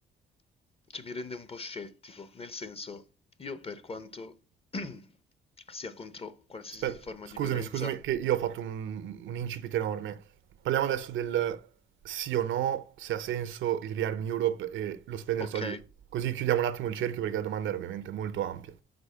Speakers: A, on the left; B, on the right.
A: cioè mi rende un po' scettico, nel senso, io per quanto <clears throat> sia contro qualsiasi
B: Aspetta,
A: forma
B: scusami,
A: di violenza,
B: scusami che io ho fatto un, un incipit enorme. Parliamo adesso del sì o no, se ha senso il Rearm Europe e lo spendere
A: ok.
B: soldi. Così chiudiamo un attimo il cerchio perché la domanda era ovviamente molto ampia.